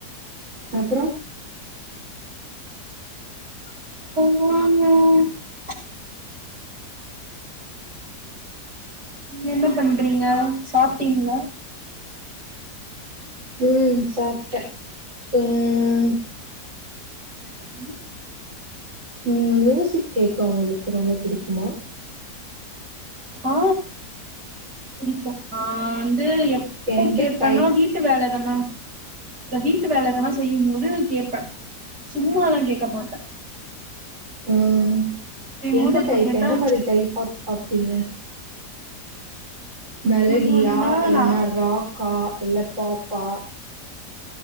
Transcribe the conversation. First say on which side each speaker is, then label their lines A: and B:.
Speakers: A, on the right (about 45°); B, on the right (about 80°).
A: அப்புறோ
B: அப்புறோ நீங்க என்ன பண்றீங்க சாப்ட்டீங்களா
A: ம் சாப்டே ம்
B: ம்
A: ம் மியூசிக் கேக்க உங்களுக்கு ரொம்ப புடிக்குமா
B: ஆ புடிக்கும் ஆ அது எப்போ
A: எந்த
B: கேப்பன்னா
A: டைப்
B: இந்த வீட்டு வேல எதன்னா இந்த வீட்டு வேல ‌எதன்னா செய்யு போது கேப்ப சும்மால்லா கேக்கமாட்ட
A: ம் எந்த
B: போது அப்ப
A: டைப்
B: கேட்டா
A: எந்த மாதிரி டைப்பா பாப்பீங்க மெலடியா
B: முன்னாடினா
A: இல்லன்னா
B: நா
A: ராக்கா இல்ல பாப் பா